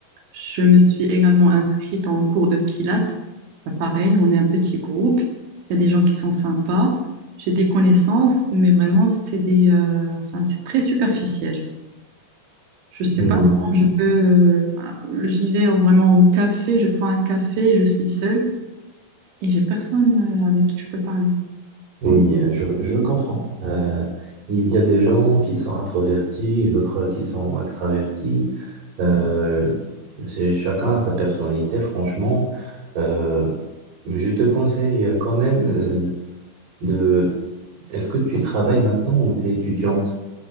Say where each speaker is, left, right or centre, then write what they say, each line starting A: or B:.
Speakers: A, on the right; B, on the right.
A: Je me suis également inscrite en cours de pilates. Ben, pareil, on est un petit groupe, il y a des gens qui sont sympas, j'ai des connaissances, mais vraiment, c'est des, euh, enfin, c'est très superficiel. Je sais
B: Hmm,
A: pas comment je peux. euh, bah, j'y vais au- vraiment au café, je prends un café, je suis seule et j'ai personne euh, avec qui je peux parler.
B: Oui, euh, je, je comprends. Euh, il y a des gens qui sont introvertis et d'autres qui sont extravertis. Euh, c'est chacun a sa personnalité, franchement. Euh, je te conseille quand même euh, de... Est-ce que tu travailles maintenant ou tu es étudiante?